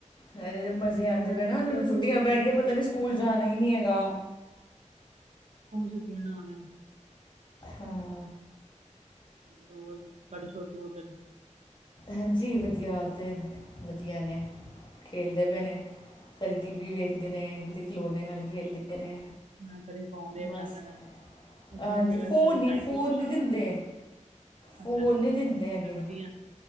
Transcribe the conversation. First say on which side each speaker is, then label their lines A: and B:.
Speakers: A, on the left (about 35°); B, on the right (about 60°).
A: ਹਾਏ ਮਜ਼ੇ ਆਉਂਦੇ
B: ਮੈਂ ਉਹੀ
A: ਪੈ
B: ਕਹਿੰਦੀ
A: ਨਾ ਉਹਨਾਂ
B: ਪਈ
A: ਨੂੰ
B: ਆ
A: ਛੁੱਟੀਆਂ
B: ਹੋਰ
A: ਪੈ ਗਈ
B: ਨਾ
A: ਪਤਾ
B: ਹੋ
A: ਨੀ
B: ਜਾਣ
A: ਸਕੂਲ
B: ਕਿਤੇ,
A: ਜਾਣਾ ਹੀ ਨੀ ਹੈਗਾ।
B: ਹੋਰ ਛੁੱਟੀਆਂ ਕਰ ਦੇਣ।
A: ਹਾਂ
B: ਤੁਹਾਡੇ ਛੋਟੂ ਉੱਧਰ
A: ਹਾਂਜੀ ਵਧੀਆ ਉਹ ਤੇ ਵਧੀਆ ਨੇ। ਖੇਲਦੇ ਪਏ ਨੇ ਕਦੇ ਟੀ ਵੀ ਵੇਖਦੇ ਨੇ ਕਦੇ ਖਲੋਨੇ ਨਾਲ ਖੇਲਦੇ ਨੇ।
B: ਹਾਂ ਕਦੇ ਫੋਨ ਦੇਖ
A: ਬਸ
B: ਲੈਂਦੇ ਨੇ
A: ਹਾਂਜੀ
B: ਮੇਰਾ
A: ਫੋਨ
B: ਕਦੀ ਸਾਈਕਲ
A: ਨ ਫੋਨ
B: ਚਲਾ
A: ਨਹੀਂ ਦਿੰਦੇ।
B: ਲੈਂਦਾ
A: ਫੋਨ
B: ਅੱਛਾ ਅੱਛਾ
A: ਨਹੀਂ ਦਿੰਦੇ ਹੈਗੇ।
B: ਤੇ ਵਧੀਆ